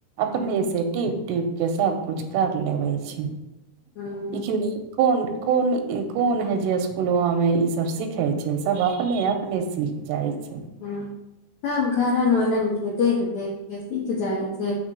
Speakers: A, on the right; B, on the left.
A: अपने
B: ह
A: से टीप टीप के सब कुछ कर लेवे छै
B: हूँ
A: इच्छुनी कौन कौन कौन हे जे स्कुलवा में ई सब सिखे छै सब अपने अपने सीख जाइ छै
B: ह सब घरन वलन के देख देख के सीख जाइ छै